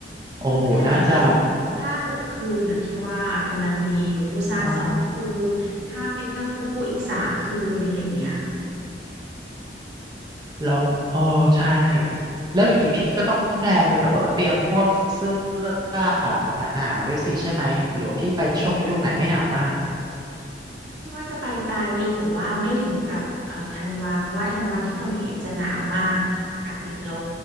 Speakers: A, on the right (about 80°); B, on the right (about 25°).
A: อืมก็อย่างน้อยก็จะ
B: โอ้น่าจะ
A: ห้าหกคืนน่ะพี่ว่ากำลังดีอยู่ปูซานสองคืนข้ามไปเที่ยวฟุกุอีกสามคืนอะไรอย่างเงี้ย
B: อ้แล้วเออใช่แล้วอย่างนี้พี่ก็ต้องแพลนแบบว่าเตรียมพวกเสื้อหนาๆด้วยสิใช่ไหมหรือว่าพี่ไปช่วงฤดูไหนไม่หนาวมาก
A: พี่ว่าจะไปปลายปีแต่ว่าไม่ถึงกับเอ่อธันวาเพราะว่าธันวาที่เกาหลีจะหนาวมากอากาศติดลบ